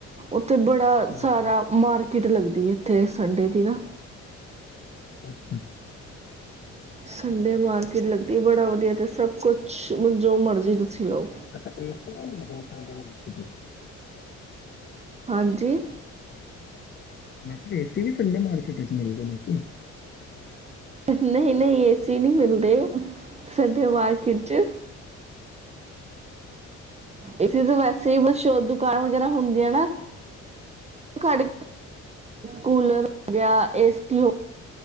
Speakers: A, on the right; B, on the left.
A: ਉੱਥੇ ਬੜਾ
B: ਗੱਲ
A: ਸਾਰਾ
B: ਅੱਛਾ
A: ਮਾਰਕਿਟ ਲੱਗਦੀ ਇੱਥੇ ਸੰਡੇ ਦੀ ਨਾ
B: ਅੱਛਾ ਅੱਛਾ
A: ਸੰਡੇ ਮਾਰਕੀਟ ਲੱਗਦੀ ਬੜਾ ਵਧੀਆ ਤੇ ਸਭ ਕੁਛ ਜੋ ਮਰਜ਼ੀ ਤੁਸੀਂ ਲਓ
B: ਅੱਛਾ ਇਹ ਸਿਰ੍ਫ ਸੰਡੇ ਮਾਰਦੀ ਏ
A: ਹਾਂਜੀ
B: ਮੈਂ ਕਿਹਾ ਏ ਸੀ ਵੀ ਸੰਡੇ ਮਾਰਕੀਟ ਚ ਮਿਲਦੇ ਨੇ ਜੀ
A: ਨਹੀਂ ਨਹੀਂ ਏ ਸੀ ਨਹੀਂ ਮਿਲਦੇ ਸਾਡੇ ਮਾਰਕੀਟ ਚ ਇਸੇ ਤਾਂ ਵੈਸੇ ਹੀ, ਮਸ਼ਹੂਰ ਦੁਕਾਨ ਵਗੈਰਾ ਹੁੰਦੀਆਂ ਨਾ ਕੱ ਕੂਲਰ ਹੋ ਗਿਆ ਏ ਉ